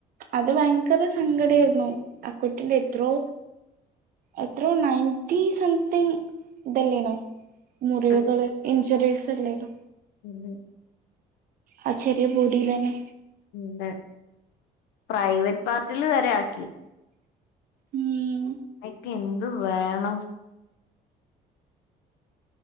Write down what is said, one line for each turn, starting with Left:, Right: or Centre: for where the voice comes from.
Right: അത് ഭയങ്കര സങ്കട ആയിരുന്നു <unintelligible> എത്രോ എത്രോ നയന്റ്റ സംതിങ് ഇതല്ലേനോ മുറിവുകള്
Left: ഉ
Right: ഇഞ്ചുറീസ് അല്ലേനോ
Left: ഉ
Right: ആ ചെറിയ ബോഡയില തന്നെ
Left: എന്ത പ്രൈവറ്റ് പാർട്ടില് വരെ ആക്കി
Right: ഉം
Left: എനിക്ക് എന്ത് വേണം